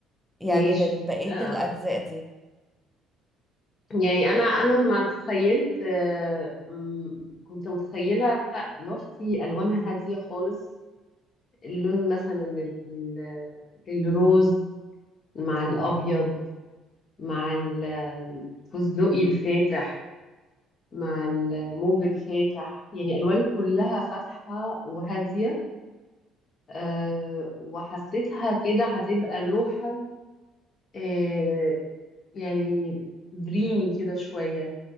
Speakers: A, in the centre; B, on the left.
A: يعني
B: ماشي
A: لبقية
B: آه.
A: الاجزاء دي
B: يعني انا انا ما تخيلت آه. مم، كنت متخيله لوحتي الوانها هاديه خالص اللون مثلا ال- الروز مع الابيض مع الفستقي الفاتح مع الموف الفاتح يعني الوان كلها فاتحه وهاديه أه وحسيتها كده هتبقى لوحه أه يعني دريمي كده شويه